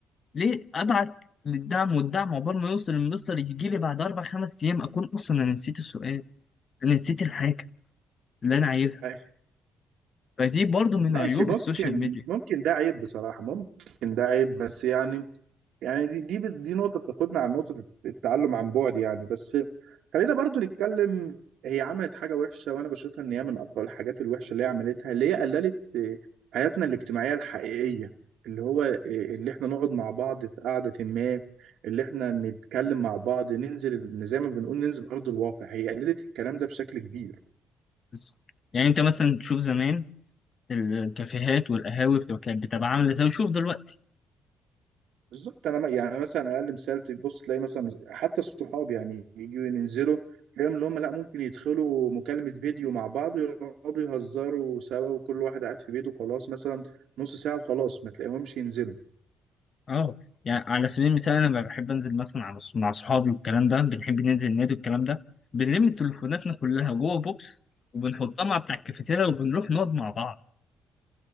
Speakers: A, on the left; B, on the right.
A: ليه أبعت للدعم والدعم عقبال ما يوصل المستر يجي لي بعد أربع خمس أيام أكون أصلا أنا نسيت السؤال أنا نسيت الحاجة اللي أنا عايزها
B: <laughs>
A: فدي برضو من
B: ماشي
A: عيوب
B: ممكن
A: السوشيال ميديا
B: ممكن ده عيب بصراحه ممكن ده عيب بس يعني يعني دي دي دي نقطة بتاخدنا عن نقطة التعلم عن بعد يعني بس خلينا برضو نتكلم هي عملت حاجة وحشة وأنا بشوفها إن هي من أقوى الحاجات الوحشة اللي هي عملتها اللي هي قللت آه، حياتنا الاجتماعية الحقيقية اللي هو آه، اللي إحنا نقعد مع بعض في قعدة ما اللي إحنا نتكلم مع بعض ننزل زي ما بنقول ننزل أرض الواقع هي قللت الكلام ده بشكل كبير
A: بس يعني أنت مثلا تشوف زمان ال- الكافيهات والقهاوي بتبقى كانت بتبقى عاملة زي شوف دلوقتي
B: بالظبط انا ما- يعني مثلا اقل مثال تبص تلاقي مثلا حتى الصحاب يعني يجوا ينزلوا تلاقيهم اللي هم لا ممكن يدخلوا مكالمة فيديو مع بعض ويقعدوا يهزروا سوا وكل واحد قاعد في بيته خلاص مثلا نص ساعة وخلاص ما تلاقيهمش ينزلوا
A: أه يعني على سبيل المثال أنا بحب أنزل مثلا على- مع أصحابي والكلام ده بنحب ننزل النادي والكلام ده بنلم تليفوناتنا كلها جوه بوكس وبنحطها مع بتاع الكافيتيريا وبنروح نقعد مع بعض